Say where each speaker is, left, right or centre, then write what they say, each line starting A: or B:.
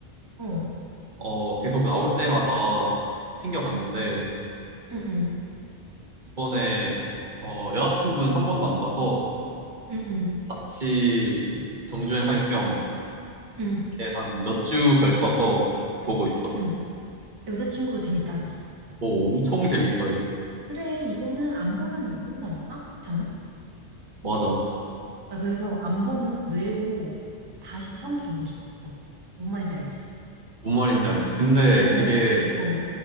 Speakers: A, on the right; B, on the right.
A: 어, 응,
B: 어, 계속 나올 때마다 챙겨봤는데,
A: 응,
B: 이번에, 어, 여자친구는 한 번도 안 봐서
A: 응, 응,
B: 같이 정주행할 겸,
A: 응,
B: 이렇게 한 몇 주 걸쳐서 보고 있어.
A: 응. 여자친구도 재밌다 하지.
B: 오, 엄청 재밌어.
A: 그래, 이거는 안 보면 모른다니까? 그렇지 않아?
B: 맞아.
A: 아, 그래서 안 본 뇌로 다시 처음부터 보고 싶어. 뭔 말인지 알지?
B: 뭔 말인지 알지. 근데
A: 어,
B: 이게
A: 그치? 어. 응,